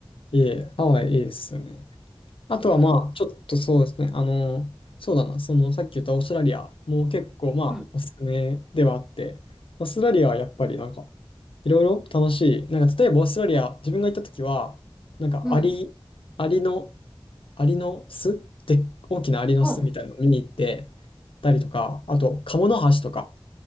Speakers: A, on the left; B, in the centre.
A: いえ、ハワイいいですよね。あとはまあ、
B: うん。
A: ちょっとそうですね。あの、そうだな、そのさっき言ったオーストラリアも結構まあ、
B: うん。
A: おすすめではあって、オーストラリアはやっぱりなんか、いろいろ楽しい。なんか例えばオーストラリア、自分が行った時は、なんかアリ、
B: うん。
A: アリの、アリの巣で、大きなアリの巣みたいなの見に行って
B: 本。
A: たりとか、あと、カモノハシとか、